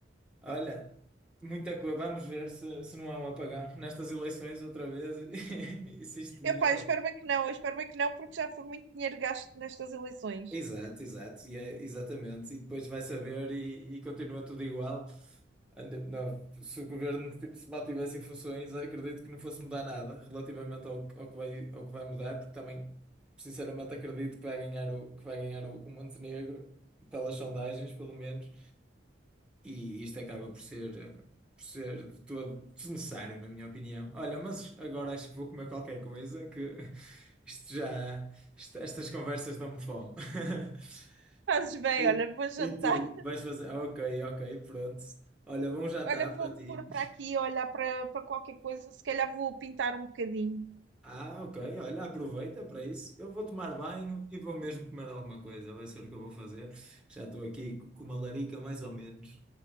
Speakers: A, in the centre; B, on the right (about 80°).
A: Olha, muita coisa. Vamos ver se, se não há um apagão nestas eleições outra vez <laughs> e, se isto melhor.
B: Epá, eu espero bem que não, eu espero bem que não, porque já foi muito dinheiro gasto nestas eleições.
A: Exato, exato, e é, exatamente. E depois vai saber e, e continua tudo igual. Ande- Não, se o governo t- se mantivesse em funções, acredito que não fosse mudar nada relativamente ao, que- ao que vai, ao que vai mudar, porque também, sinceramente, acredito que vai ganhar o, que vai ganhar o, o Montenegro, pelas sondagens, pelo menos. E isto acaba por ser, eh, por ser de todo desnecessário, na minha opinião. Olha, mas agora acho que vou comer qualquer coisa, que <laughs> isto já, isto- estas conversas dão-me fome. <laughs>
B: Fazes bem,
A: E,
B: olha, vou jantar.
A: e tu
B: <laughs>
A: vais fazer? Ah, Ok, ok, pronto. Olha, bom jantar
B: Olha, vou-me
A: para ti.
B: pôr para aqui, olhar para, para qualquer coisa. Se calhar vou pintar um bocadinho.
A: Ah, ok, olha, aproveita para isso. Eu vou tomar banho e vou mesmo comer alguma coisa, vai ser o que eu vou fazer. Já estou aqui com uma larica, mais ou menos.